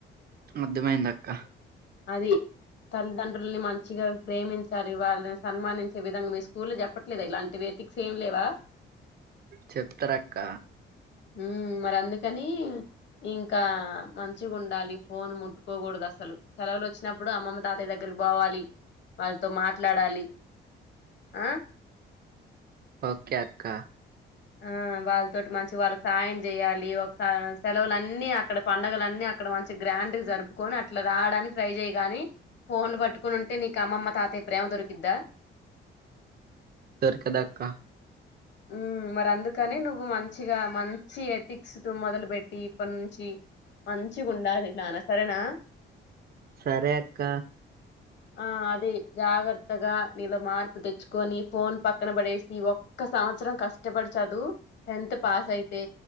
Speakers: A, on the right; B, on the left.
A: అర్థమైందాక్క
B: అది తల్లిదండ్రుల్ని మంచిగా ప్రేమించాలి వాళ్ళని సన్మానించే విధంగా మీ స్కూల్ల్లో చెప్పట్లేదా ఇలాంటివి ఏథిక్స్ ఏం లేవా
A: చెప్తరక్క
B: ఉ మరి అందుకని ఇంకా మంచిగుండాలి ఫోన్ ముట్టుకోకూడదు అసలు సెలవులు వచ్చినప్పుడు అప్పుడు అమ్మమ్మ తాతయ్య దగ్గరికి పోవాలి వాళ్ళతో మాట్లాడాలి ఆ
A: ఓకే అక్క
B: ఆ వాళ్ళతోటి మంచి వాళ్ళక్ సాయం చేయాలి ఒక స సెలవులన్నీ అక్కడ పండగల అన్నీ అక్కడ మ చి గ్రాండ్ జరుపుకొని అట్ల రావడానికి ట్రై చేయ్ గాని, ఫోన్లు పట్టుకుని ఉంటే నీకు అమ్మమ్మ, తాతయ్య ప్రేమ దొరికిద్దా.
A: దొరకదక్క
B: ఉమ్ మరి అందు కానీ నువ్వు మంచిగా మంచి ఎథిక్స్ తొ మొదలు పెట్టి ఇప్పనుంచి. మంచిగుండాలి నానా సరేనా.
A: సరే అక్క.
B: ఆ అది జాగ్రత్తగా నీలో మార్పు తెచ్చుకొని ఫోన్ పక్కన పడేసి ఒ క్క సంవచ్రం కష్టపడి చదు టెన్త్ పాస్ అయితే